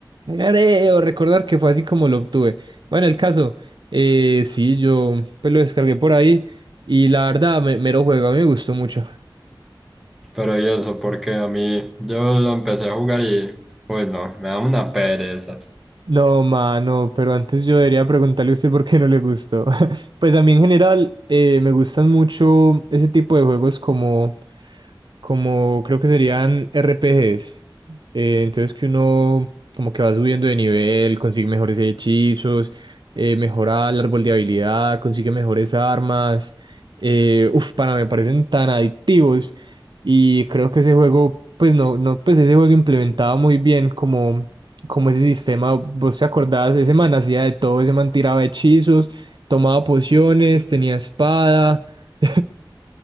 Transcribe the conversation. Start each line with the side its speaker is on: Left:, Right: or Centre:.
Right: creo recordar que fue así como lo obtuve. Bueno, el caso, eh, sí, yo pues lo descargué por ahí y la verdad, me, mero juego, a mí me gustó mucho.
Centre: Pero y eso, porque a mí, yo lo empecé a jugar y, bueno, me da una pereza.
Right: No, mano, pero antes yo debería preguntarle a usted por qué no le gustó. <laughs> Pues a mí en general eh, me gustan mucho ese tipo de juegos como, como creo que serían RPGs. Eh, entonces que uno como que va subiendo de nivel, consigue mejores hechizos, eh, mejora el árbol de habilidad, consigue mejores armas. Eh, uf, pana, me parecen tan adictivos. Y creo que ese juego, pues no, no, pues ese juego implementaba muy bien como como ese sistema, vos te acordás, ese man hacía de todo, ese man tiraba hechizos, tomaba pociones, tenía espada. <laughs>